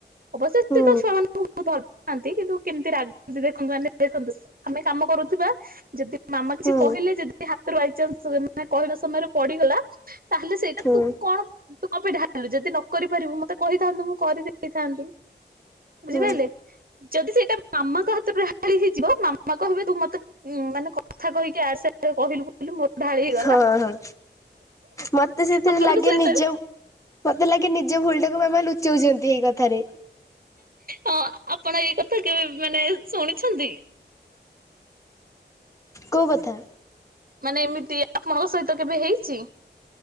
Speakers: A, on the right; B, on the left.
A: ଅବୟ ଏତେ
B: ହୁଁ
A: ତ ଛୁଆମାନଙ୍କୁ ବୋହୁତ ଭଲ ପାନ୍ତି। କିନ୍ତୁ କେମିତି ରାଗ ଦେଖନ୍ତୁ ମାନେ ଦେଖନ୍ତୁ ଆମେ କାମ କରୁଥିବା ଯଦି ମାମା କିଛି
B: ହୁଁ
A: କହିଲେ ଯଦି ହାତରେ ବାଇଚନ୍ସ ମାନେ କହିଲା ସମୟରେ ପଡିଗଲା ତାହେଲେ ସେ
B: ହୁଁ।
A: କଣ ତୁ କପି ଢାଲିଲୁ ଯଦି ନ କରିପାରିବୁ ମତେ କହିଥାନ୍ତୁ ମୁଁ କରିଦେଇଥାନ୍ତି। ବୁଝିପାରିଲେ
B: ହୁଁ
A: ଯଦି ସେଇଟା ମାମାଙ୍କ ହାତରୁ ଢାଳି ହେଇଯିବ ମାମା କହିବେ ତୁ ମତେ ଉଁ ମାନେ କଥା କହିକି ଇଆଡେ ସିଆଡେ କହିଲୁ ବୋଲି ମୋର ଢାଳି ହେଇଗଲା।
B: ହଁ ହଁ ମତେ ସେଥିରେ
A: ଆପଣଙ୍କ
B: ଲାଗେ
A: ସହିତ
B: ନିଜ ମତେ ଲାଗେ ନିଜ ଭୁଲଟା ମାମା ଲୁଚଉଛନ୍ତି ହେଇ କଥାରେ।
A: ହଁ ଆପଣ ଏଇ କଥା କେବେ ମାନେ ଶୁଣିଛନ୍ତି।
B: କୋଉ କଥା?
A: ମାନେ ଏମିତି ଆପଣଙ୍କ ସହିତ କେବେ ହେଇଛି?